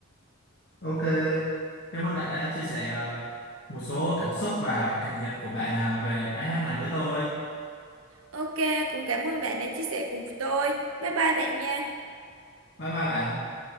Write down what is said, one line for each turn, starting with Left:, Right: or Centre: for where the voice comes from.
Left: Ok, cảm ơn bạn đã chia sẻ ờ, một số cảm xúc và cảm nhận của bạn ờ, về bài hát này với tôi.
Right: Ok, cũng cảm ơn bạn đã chia sẻ cùng tôi. Bye bye bạn nha.
Left: Bye bye bạn.